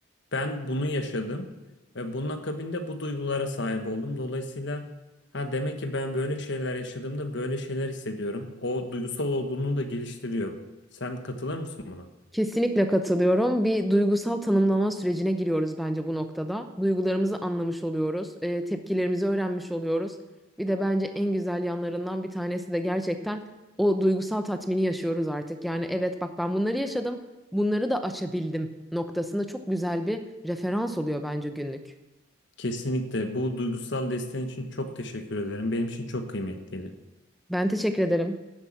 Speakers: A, on the left (about 55°); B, in the centre.
A: ben bunu yaşadım ve bunun akabinde bu duygulara sahip oldum. Dolayısıyla ha demek ki ben böyle şeyler yaşadığımda böyle şeyler hissediyorum. O duygusal olgunluğu da geliştiriyor. Sen katılır mısın buna?
B: Kesinlikle katılıyorum. Bir duygusal tanımlama sürecine giriyoruz bence bu noktada. Duygularımızı anlamış oluyoruz, e, tepkilerimizi öğrenmiş oluyoruz. Bir de bence en güzel yanlarından bir tanesi de gerçekten o duygusal tatmini yaşıyoruz artık. Yani evet bak ben bunları yaşadım, bunları da açabildim noktasında çok güzel bir referans oluyor bence günlük.
A: Kesinlikle. Bu duygusal desteğin için çok teşekkür ederim. Benim için çok kıymetliydi.
B: Ben teşekkür ederim.